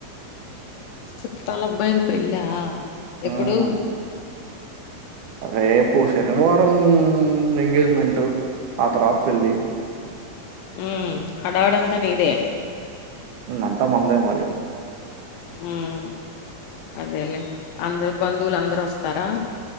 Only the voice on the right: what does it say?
ఉమ్ రేపు శనివారం ఎంగేజ్మెంటు ఆ తర్వాత పెళ్ళి
అంతా మందే మరి